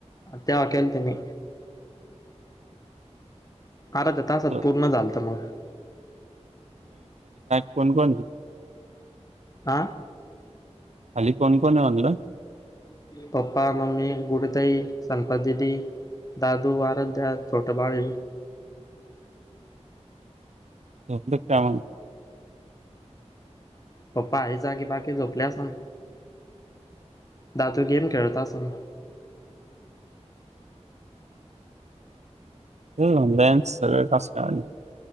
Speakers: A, on the left; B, on the right.
A: तेव्हा केलतो मी. आरद्या तासात
B: तर
A: पूर्ण झालत मगं.
B: कोणकोणती?
A: आ!
B: अली कोण कोण आहे म्हणलं?
A: पप्पा, मम्मी, गुडुताई, संपा दिदी, दादू, आराध्या, छोट बाळ.
B: झोपलेत काय म?
A: पप्पा, आई जागी बाकी झोपले असन. दादू गेम खेळत असन.
B: हो ऑनलाईन सगळ कास्टवानी